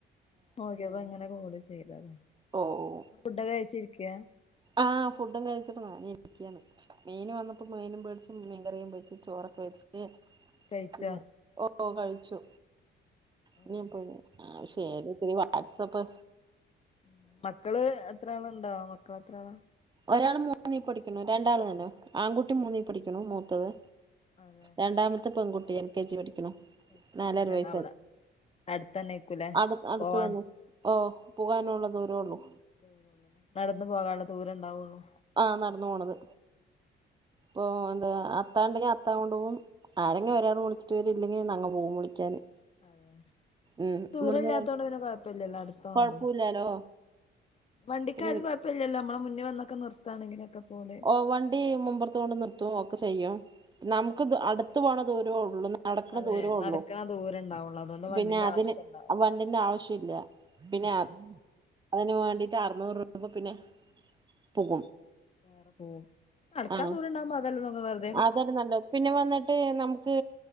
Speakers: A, on the left (about 30°); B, on the right (about 25°).
A: നോക്കിയപ്പ ഇങ്ങനെ കോള് ചെയ്തതാ.
B: ഒ ഒ ഔ
A: ങ ഫുഡൊക്കെ കഴിച്ചിരിക്കാ?
B: ആഹ് ഫുഡും കഴിച്ചിട്ട് <unintelligible> ഇരിക്ക്യാണ് മീന് വന്നപ്പം മീനും വേടിച് മീൻ കറിയും വച്ച് ചോറൊക്കെ വെച്ച് <unintelligible>
A: കഴിച്ചോ
B: ഓഹ് കഴിച്ചു. ഇനി
A: അതെ
B: പോയ്നി ആ <unintelligible> വാട്സആപ്പ്
A: ഉം മക്കള് എത്രാള്ണ്ടോ. മക്കൾ എത്ര ആളാ?
B: ഒരാൾ മൂന്നീ പഠിക്കുണു രണ്ടാൾ തന്നെ ആൺകുട്ടി മൂന്നീ പഠിക്കുണു. മൂത്തത്
A: <unintelligible>
B: രണ്ടാമത്തെ പെൺകുട്ടി എൽ കെ ജി പഠിക്കുണു.
A: എൽ കെ
B: നാലര
A: ജിലാണ്
B: വയസായി.
A: അവിടെ അടുത്തന്നേക്കൂലേ
B: അടു അടുത്ത്
A: പോവാൻ
B: തന്നെ ഓഹ് പോകാനുള്ള ദൂര ഒള്ളൂ.
A: ദൂരൊള്ളു ലേ. നടന്ന് പോകാള്ള ദൂരണ്ടാവുള്ളു.
B: ആഹ് നടന്ന് പോണത്. ഇപ്പൊ എന്താ അത്താ ഇണ്ടെങ്കി അത്താ കൊണ്ടോവും. ആരെങ്കി ഒരാൾ വിളിച്ചിട്ട് വരും ഇല്ലെങ്കി നങ്ങ പോവും വിളിക്കാന്.
A: അതെ
B: ഉം
A: ദൂരല്ലാത്തോണ്ട്
B: ഇവിടുന്ന്
A: പിന്നെ കൊഴപ്പില്ലല്ലോ അടുത്തവുമ്പോളും.
B: കൊഴപ്പമില്ലാലോ
A: വണ്ടിക്കാര്
B: പിന്നെ
A: കൊഴപ്പല്ല്യല്ലോ മ്മള് മുന്നി വന്നൊക്കെ നിർത്താണെങ്കിലൊക്കെ പോലെ.
B: ഓ വണ്ടി മുമ്പറത്ത് കൊണ്ട് നിർത്തും ഒക്കെ ചെയ്യും. നമുക്ക്
A: അതെ
B: അടുത്ത് പോണ ദൂരള്ളൂ നടക്കണ
A: അതെ
B: ദൂരോഉള്ളൂ
A: നടക്കണ ദൂരം ഉണ്ടാവുള്ളൂ അതുകൊണ്ട് വണ്ടിന്റെ
B: പിന്നെ അതിന്
A: ആവശ്യം ഉണ്ടാവും
B: വണ്ടിന്റെ ആവശ്യല്ല. പിന്നെ അതിന് വേണ്ടിട്ട് അറുന്നൂറ് രൂപ പിന്നെ പോകും.
A: വേറെ പോവും. നടക്കാൻ
B: ആ
A: ദൂരണ്ടാവുമ്പോ അതല്ലേ നമ്മക്ക് വേ
B: അതാണ് നല്ലത് പിന്നെ വന്നി ട്ട് നമുക്ക്